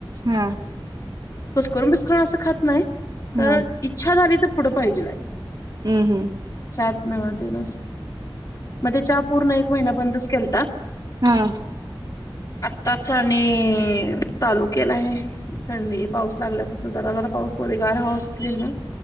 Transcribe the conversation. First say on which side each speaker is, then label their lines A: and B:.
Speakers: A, on the right; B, on the left.
A: हं!
B: कुसकरून बीस्करून असं खात नाही तर
A: हा
B: इच्छा झाली तर पुढं पाहिजेल आहे.
A: हूं हूं!
B: चात न वा दिनस मदे चहा पूर्ण एक महिना बंदच केलता.
A: हा!
B: आत्ताच आणि चालू केला आहे. थंडी पाऊस लागल्यापासून जरा जरा पाऊस पडे गार हवा सुटली ना.